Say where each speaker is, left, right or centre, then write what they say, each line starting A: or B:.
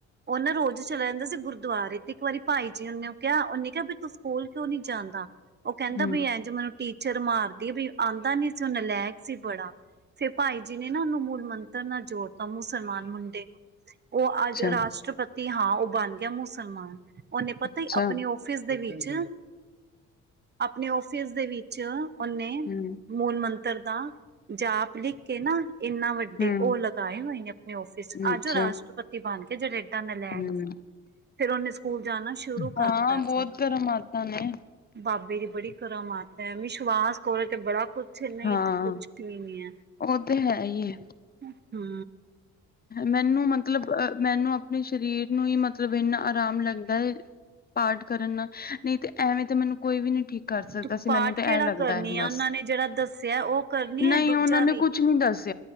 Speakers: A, on the right (about 35°); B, on the left (about 30°).
A: ਉਹ ਨਾ ਰੋਜ਼ ਚਲਾ ਜਾਂਦਾ ਸੀ ਗੁਰਦੁਆਰੇ ਤੇ ਇੱਕ ਵਾਰੀ ਭਾਈ ਜੀ ਉਹਨੇ ਕਿਹਾ ਉਹਨੇ ਕਿਹਾ ਵੀ ਤੂੰ ਸਕਲ ਕਿਉਂ ਨੀ ਜਾਂਦਾ ਉਹ ਕਹਿੰਦਾ
B: ਹੂੰ-ਹੂੰ-ਹੂੰ-ਹੂੰ-ਹੂੰ
A: ਬਈ ਇਂਝ ਮੈਨੂੰ ਟੀਚਰ ਮਾਰਦੀ ਬਈ ਆਉਂਦਾ ਨੀ ਸੀ ਉਹ ਨਲੈਕ ਸੀ ਬੜਾ ਫਿਰ ਭਾਈ ਜੀ ਨੇ ਨਾ ਉਹਨੂੰ ਮੂਲ ਮੰਤਰ ਨਾਲ ਜੋੜ ਮੁਸਲਮਾਨ ਮੁੰਡੇ ਨੂੰ ਉਹ ਅੱਜ
B: ਅੱਛਾ,
A: ਰਾਸ਼ਟਰਪਤੀ ਹਾਂ ਉਹ ਬਣ ਗਿਆ ਮੁਸਲਮਾਨ ਉਹਨੇ ਪਤਾ ਹੀ
B: ਅੱਛਾ
A: ਆਪਣੇ ਫਿਸ ਦੇ ਵਿੱਚ ਆਪਣੇ ਫਿਸ ਦੇ ਵਿੱਚ ਉਹਨੇ
B: ਹਮ
A: ਮੂਲ ਮੰਤਰ ਦਾ ਜਾਪ ਲਿਖ ਕੇ ਨਾ ਇੰਨਾ ਵੱਡਾ
B: ਹੂੰ-ਹੂੰ
A: ਉਹ ਲਗਾਏ ਹੋਏ ਨੇ ਆਪਣੇ ਆਫਿਸ ਚ
B: ਅੱਛਾ
A: ਆਜੋ ਉਹ ਰਾਸ਼ਟਰਪਤੀ ਬਣ ਕੇ ਜਿਹੜੇ ਜਨੇਤਾਂ ਨੇ ਲੈਟ
B: ਹੂੰ
A: ਫਿਰ ਉਹਨੇ ਸਕੂਲ ਜਾਣਾ ਸ਼ੁਰੂ
B: ਹਾਂ
A: ਕਰਤਾ ਸੀ
B: ਬਹੁਤ ਕਰਮਾਤਾ ਨੇ
A: ਬਾਬੇ ਦੀ ਬੜੀ ਕਰ ਮਾਤ ਹੈ ਵਿਸ਼ਵਾਸ ਖੋਲ ਕੇ ਬੜਾ ਕੁਛ ਕੁੱਛ ਨਹੀਂ
B: ਹਾਂ
A: ਤਾਂ ਕੁੱਛ ਵੀ ਨੀ ਹੈ
B: ਉਹ ਤੇ ਹੈ ਈ ਐ
A: ਹੂ
B: ਮੈਨੂੰ ਮਤਲਬ ਅ ਮੈਨੂੰ ਆਪਣੇ ਸਰੀਰ ਨੂੰ ਹੀ ਮਤਲਬ ਇੰਨਾ ਆਰਾਮ ਲੱਗਦਾ ਹੈ ਪਾਠ ਕਰਨ ਨਹੀਂ ਤੇ ਐਵੇਂ ਤਾਂ ਮੈਨੂੰ ਕੋਈ ਵੀ ਨੀ ਠੀਕ ਕਰ ਸਕਦਾ
A: ਤੂੰ
B: ਸੀ
A: ਪਾਠ
B: ਮੈਨੂੰ ਤੇ ਇਹ
A: ਕਿਹੜਾ
B: ਲੱਗਦਾ
A: ਕਰਨੀ
B: ਹੈ ਬਸ
A: ਆ ਉਹਨਾਂ ਨੇ ਜਿਹੜਾ ਦੱਸਿਆ ਉਹ ਕਰਨੀ
B: ਨਹੀਂ
A: ਹੈ ਦੂਜਾ
B: ਉਹਨਾਂ ਨੇ
A: ਵੀ
B: ਕੁਛ ਨੀ ਦੱਸ